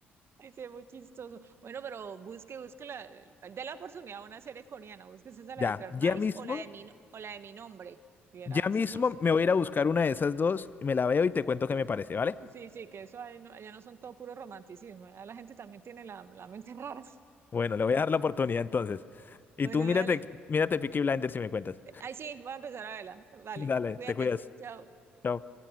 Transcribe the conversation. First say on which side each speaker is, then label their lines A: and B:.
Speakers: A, on the right; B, on the left.
A: es es muy chistoso. Bueno, pero busque, busque la, de la oportunidad a una serie coreana, búsquese esa la
B: Ya,
A: de Hyperknife
B: ya mismo,
A: o la de mi, o la de mi nombre, y era
B: ya
A: esas
B: mismo
A: dos.
B: me voy a ir a buscar una de esas dos, me la veo y te cuento qué me parece, ¿vale?
A: Sí, sí, que eso ahí no, allá no son todo puro romanticismo, allá la gente también tiene la, la mente rara. <laughs>
B: Bueno, le voy a dar la oportunidad entonces. Y
A: Bueno,
B: tú mírate,
A: dale,
B: mírate Peaky Blinders si me cuentas.
A: ay sí, voy a empezar a verla,
B: <laughs>
A: vale,
B: Dale,
A: cuídate,
B: te cuidas.
A: chao.
B: Chao.